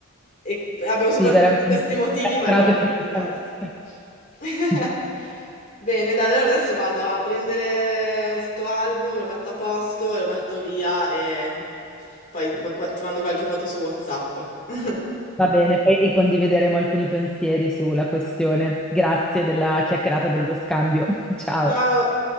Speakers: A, on the left; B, in the centre.
A: E abbiamo sofferto
B: Sì, veramente.
A: per gli stessi motivi,
B: Castrate
A: ma in momenti
B: perfettamente.
A: diversi. <laughs>
B: <laughs>
A: Bene, dai, allora adesso vado a prendere sto album, lo metto a posto, e lo metto via e poi ma- ti mando qualche foto su WhatsApp. <laughs>
B: Va bene, poi ricondivideremo alcuni pensieri sulla questione. Grazie della chiacchierata e dello scambio. <laughs> Ciao.
A: Ciao!